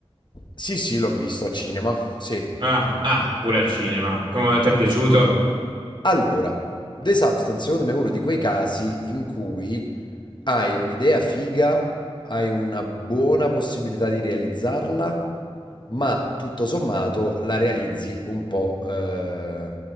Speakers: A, on the left; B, on the right.
A: Sì, sì, l'ho visto a cinema, sì.
B: Ah, ah, pure al cinema. Come ti è piaciuto?
A: Allora, The Substance secondo me è uno di quei casi in cui Hai un'idea figa, hai una buona possibilità di realizzarla, ma tutto sommato la realizzi un po' eh,